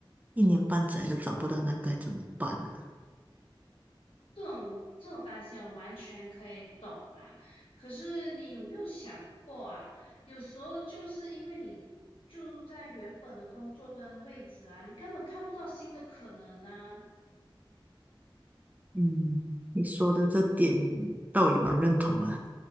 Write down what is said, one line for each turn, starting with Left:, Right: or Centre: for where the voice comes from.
Right: 一年半载都找不到，那该怎么办呢？
Left: 这种这种担心我完全可以懂啦。可是你有没有想过啊？有时候就是因为你就在原本的工作跟位置啊，你根本看不到新的可能呢。
Right: 嗯，你说的这点倒也蛮认同的，